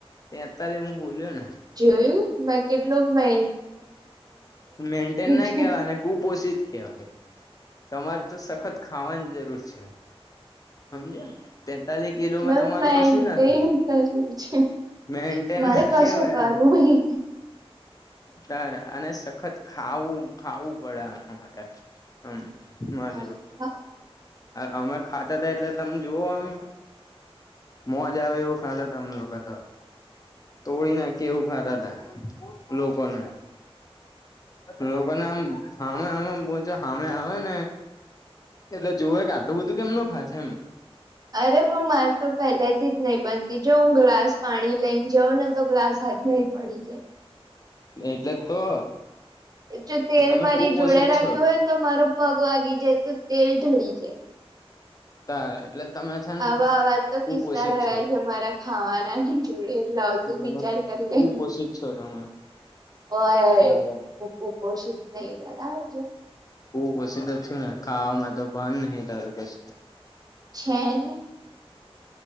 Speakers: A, on the left; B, on the right.
A: ત એતાલે હું બોલો્યોને
B: જોયું મેં કેટલું મે
A: મેન્ટેન ના
B: છું
A: કેવાય ને કુપોષિત કેવાય તમારે તો સખત ખાવાની જરૂર છે સમજ તેતાલીસ કિલોમાં
B: મેં
A: તમારું
B: મેન્ટેન
A: કશું ના થાય
B: કર્યું છે
A: મેન્ટેન
B: મારે
A: ના
B: કશું
A: કેવાય
B: કરવું
A: એને
B: ઈ
A: તારે અને સખત ખાવું ખાવું પડે એના માટે હમ
B: નહી.
A: જવ અમે ખાતા હતાા એટલે તમે જોુઓ આમ મોજ આવે એવું ખાધ ત અમ લોકો તો તોડીી નાખી એવું ખાતા તા નું લોકોને આમ હામે હામે હામે આવે ને એટલે જોવે કે, આટલું બધું કેમ ન ખાય છે એમ.
B: અરે પણ મારે તો પેલેથી જ નહીિ બનતી જો હું ગ્લાસ પાણી લઈને જાઉં ને તો ક્લાસ હામાં પડી ગાય
A: એટલે તો
B: જો તેલ
A: તમે
B: મારી
A: કુપોષિત
B: જોડાે
A: છો
B: રાખ્યું હોય તમારો પગ વાગી જાય તો તેલ ઢળી જાય
A: તારે એટલે તમે છે ને
B: આવા આવા તો
A: કુપોષિત
B: કિસ્સા રહ્યા
A: છો
B: છે મારા ખાવાના નહી જોડે લાવતું
A: તમે
B: વિચાર કરી
A: કુપોષિત
B: લે
A: છો તમે
B: હ
A: તારે
B: હું કુપોષિત નહ બરાબર છે
A: ખ ઓછીધ છું ને ખાવામાં તો ભાન નહ તારું પછું
B: છે ને